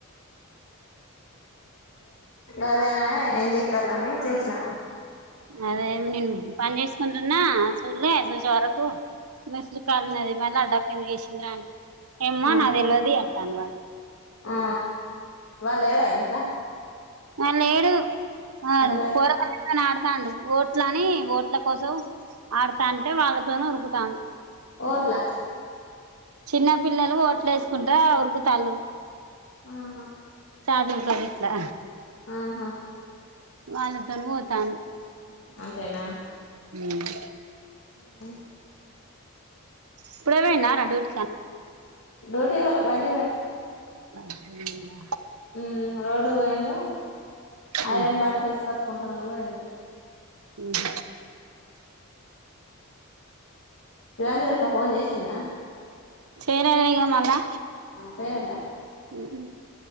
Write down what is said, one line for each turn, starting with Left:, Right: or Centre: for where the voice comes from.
Left: ఆ గదా ఏం చేస్తారులే అని చూసినా
Right: అదే నిన్ పన్ చేస్ సంటన్నా చూళ్ళే సూచే వరకు మిస్ కాల్ ఉన్నది మల్లా అడ్డాకే <inaudible> తిన్ రాండి ఏమ్మా
Left: ఆ
Right: నా వెళ్ళేది కన్ వాడు
Left: ఆ వాడు లేడా ఇంట్లో
Right: వాడ్ లేడు ఆవును
Left: పోయిండు
Right: పోరగాల్లు కాని అడతాండు ఓట్లని ఓట్ల కోసం ఆడతా అంటే వాళ్ళతోనే ఉరుకుతాండు
Left: ఓట్లా
Right: చిన్న పిల్లలు ఓట్లు వేసుకుంటా ఉరుకుతాల్లూ
Left: ఆహా
Right: ఛార్జింగకా ఇట్లా
Left: ఆహా
Right: వాళ్ళతోను పోతాను
Left: అంతేనా
Right: మ్మ్
Left: అ
Right: ఇప్పుడే పోయిండ రా డ్యూటీకి
Left: డ్యూటీకి పోలె బైటికి పోయ
Right: బైటపోయిండా
Left: ఈ రోడ్డుకు పోయిండో
Right: ఊహూ
Left: ఐరన్ బాట తీసుకొసుకుంటున్నాని పోయిండు
Right: ఊహూ
Left: శివేంద్రిట్లా ఫోన్ చేషిండా
Right: చేయ్ రాదే ఇగ మల్లా
Left: <unintelligible>
Right: ఉహూ